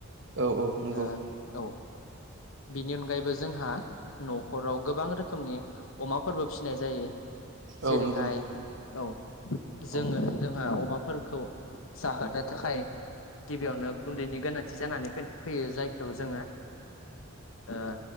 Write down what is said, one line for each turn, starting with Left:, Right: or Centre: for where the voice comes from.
Right: औ औ नंगौ
Left: ओ औ
Right: <inaudible>
Left: बिनि अनगायैबो जोंहा न'खराव गोबां रोखोमनि अमाफोरबो फिसिनाय जायो जेरैहाय
Right: औ नंगौ नोंथां नंगौ
Left: औ
Right: अ
Left: जोङो जोंहा अमाफोरखौ जाहोनो थाखाय गिबियावनो गुन्दैनि गोनांथि जानानै फै-फैयो जायखौ जोङो ओ